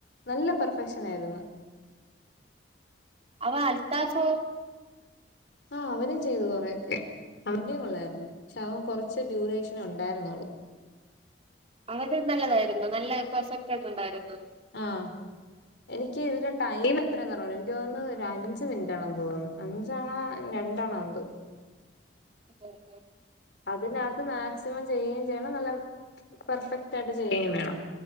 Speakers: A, on the left (about 70°); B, on the right (about 35°).
A: നല്ല പെർഫെക്ഷൻ ആയിരുന്ന്
B: അവ അൽത്താഫോ?
A: ആഹ് അവനും ചെയ്തു കൊറേയൊക്കെ അവന്റെയും കൊള്ളായിരുന്നു പക്ഷെ അവൻ കുറച്ച് ഡ്യൂറേഷൻ ഉണ്ടായിരുന്നൊള്ളു
B: അവര്ടെ നല്ലതായിരുന്നു നല്ല പെർഫെക്റ്റായിട്ടുണ്ടായിരുന്നു
A: ആഹ് എനിക്ക് ഇതില് ടൈം എത്രേന്ന് അറിഞ്ഞൂടാ എനിക്ക് തോന്നുന്നു ഒരഞ്ച് മിനിറ്റാണെന്ന് തോന്നുന്ന് അഞ്ചാണോ എ രണ്ടാണോ എന്തോ
B: ഓ ഓ
A: അതിനകത്ത് മാക്സിമം ചെയ്യേം ചെയ്യണം നല്ല പെർഫെക്റ്റായിട്ട് ചെയ്യേം വേണം